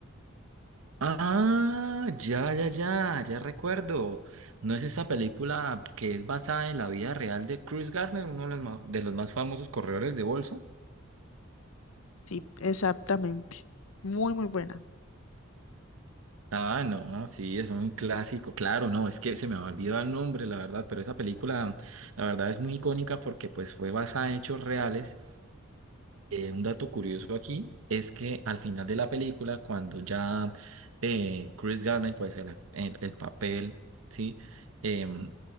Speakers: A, on the right (about 75°); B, on the left (about 75°).
A: Ah, ya, ya, ya, ya recuerdo. ¿No es esta película que es basada en la vida real de Chris Gardner, uno de los ma- de los más famosos corredores de bolsa?
B: sí, exactamente. Muy, muy bueno.
A: Ah, no, sí, es un clásico, claro, no, es que se me ha olvidado el nombre, la verdad, pero esa película, la verdad, es muy icónica porque pues fue basada en hechos reales. Eh, un dato curioso aquí es que al final de la película, cuando ya eh, Chris Garner, pues el, el- el papel, ¿sí? Em,